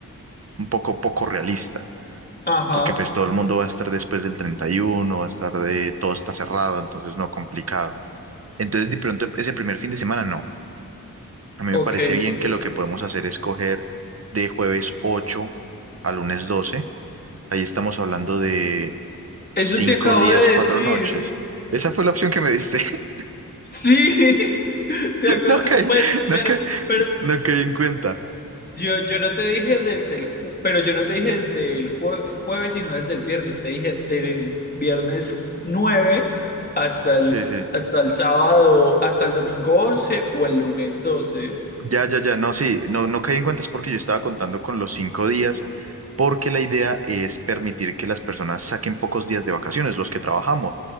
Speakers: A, on the right; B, on the left.
A: un poco poco realista,
B: Ajá,
A: porque pues todo el mundo va a estar después del 31, va a estar de, todo está cerrado, entonces no complicado. Entonces, de pronto, ese primer fin de semana no. A mí me
B: ok.
A: parece bien que lo que podemos hacer es coger de jueves 8 a lunes 12. Ahí estamos hablando de
B: Eso
A: Cinco
B: te acabo
A: días,
B: de
A: cuatro
B: decir.
A: noches. Esa fue la opción que me diste. <laughs>
B: Sí, <laughs> te acu-
A: No caí,
B: pues,
A: no
B: pero,
A: caí,
B: pero
A: no caí en cuenta.
B: yo, yo no te dije desde el, ju- pero yo no te dije desde el jue- jueves, sino desde el viernes. Te dije del viernes 9 hasta el,
A: Sí, sí.
B: hasta el sábado, hasta el domingo 11 o el lunes doce.
A: Ya, ya, ya. No, sí, no, no caí en cuenta es porque yo estaba contando con los cinco días, porque la idea es permitir que las personas saquen pocos días de vacaciones, los que trabajamos.